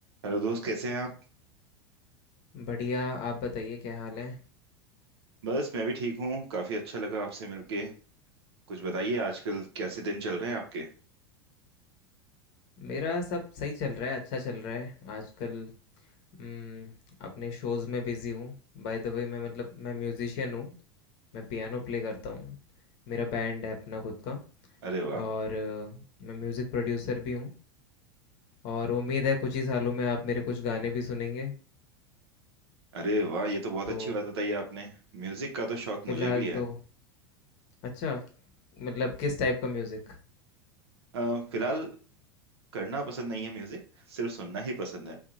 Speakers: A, on the right (about 70°); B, on the left (about 50°).
A: Hello दोस्त कैसे हैं आप
B: बढ़िया, आप बताइए क्या हाल है?
A: बस मैं भी ठीक हूँ काफी अच्छा लगा आपसे मिलके कुछ बताइए आजकल कैसे दिन चल रहे हैं आपके
B: मेरा सब सही चल रहा है, अच्छा चल रहा है। आजकल उम, अपने शोज़ में बिज़ी हूँ। बाय द वे मैं मतलब मैं म्यूज़िशियन हूँ, मैं पियानो प्ले करता हूँ। मेरा बैंड है अपना खुद का
A: अरे वाह
B: और अ, मैं म्यूज़िक प्रोड्यूसर भी हूँ और उम्मीद है कुछ ही सालों में आप मेरे कुछ गाने भी सुनेंगे।
A: अरे वाह ये तो बहुत
B: तो
A: अच्छी बात बताई आपने म्यूजिक का तो शौक मुझे
B: फ़िलहाल
A: भी है
B: तो अच्छा मतलब किस टाइप का म्यूज़िक?
A: अ, फिलहाल करना पसंद नहीं है म्यूजिक सिर्फ सुनना ही पसंद है